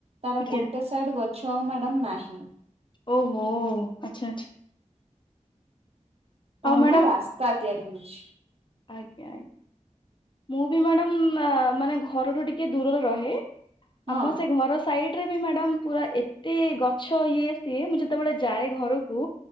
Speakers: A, on the right; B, on the left.
A: ତାର
B: ଆଜ୍ଞା
A: ଗୋଟେ ସାଇଡ ଗଛ ଛଅ ମ୍ୟାଡ଼ମ୍ ନାହିଁ।
B: ଓହୋ ଆଚ୍ଛା ଆଛା
A: ପ ନା
B: ମ୍ୟାଡାମ
A: ରାସ୍ତା ତିଆରି ହେଉଛି।
B: ଆଜ୍ଞା ମୁଁ ବି ମ୍ୟାଡାମ ମାନେ ଘରଠୁ ଟିକେ ଦୂରରେ ରହେ।
A: ହଁ
B: ଆମ ସେ ଘର। ସାଇଡ ରେ ବି ମ୍ୟାଡ଼ାମ ପୁରା ଏତେ ଗଛ ଇଏ ସିଏ ମୁଁ ଯେତେବେଳେ ଯାଏ ଘରକୁ